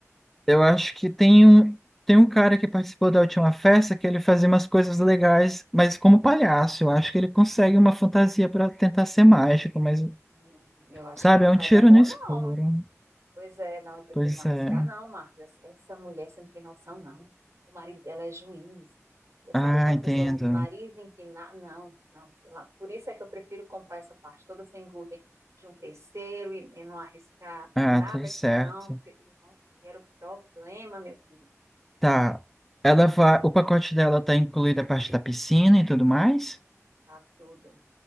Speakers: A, in the centre; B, on the right (about 70°).
A: eu acho que tem um, tem um cara que participou da última festa que ele fazia umas coisas legais, mas como palhaço, eu acho que ele consegue uma fantasia para tentar ser mágico, mas,
B: Hum, eu acho
A: sabe,
B: que não
A: é um
B: vai
A: tiro
B: dar bom,
A: no escuro.
B: não. Pois é, não, eu prefiro
A: Pois
B: não arriscar,
A: é.
B: não, Marcos. Essa essa mulher, você não tem noção, não. O marido dela é juiz. E
A: Ah,
B: Sabe aquela
A: entendo.
B: pessoa, nariz empinado? Não, não. Ela- por isso é que eu prefiro comprar essa parte toda sem glúten de um terceiro e, e não arriscar
A: Ah,
B: nada
A: tudo certo.
B: que não, porque eu não quero problema, meu querido.
A: Tá. Ela vai, o pacote dela tá incluída a parte da piscina e tudo mais?
B: Tá tudo,